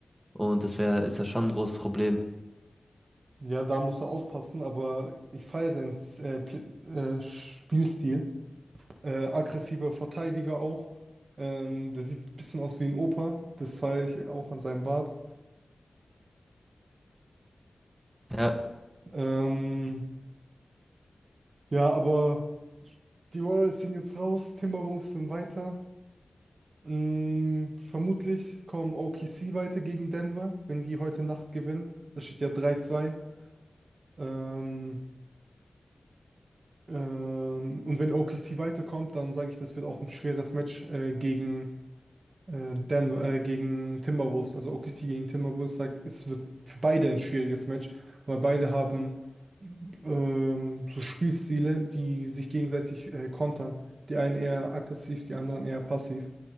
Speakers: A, on the right; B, on the right.
A: Und das wäre, ist ja schon ein großes Problem.
B: Ja, da musst du aufpassen, aber ich feiere seinen äh, Pl- äh, Spielstil. Äh, aggressiver Verteidiger auch. Ähm, der sieht ein bisschen aus wie ein Opa. Das feiere ich auch an seinem Bart.
A: Ja,
B: Ähm, ja, aber die Warriors sind jetzt raus, Timberwolves sind weiter. Mm, vermutlich kommen OKC weiter gegen Denver, wenn die heute Nacht gewinnen. Das steht ja drei zwei. Ähm, ähm, und wenn OKC weiterkommt, dann sage ich, das wird auch ein schweres Match äh, gegen, äh, Denver, äh, gegen Timberwolves. Also OKC gegen Timberwolves sagt, es wird für beide ein schwieriges Match, weil beide haben ähm, so Spielstile, die sich gegenseitig äh, kontern. Die einen eher aggressiv, die anderen eher passiv,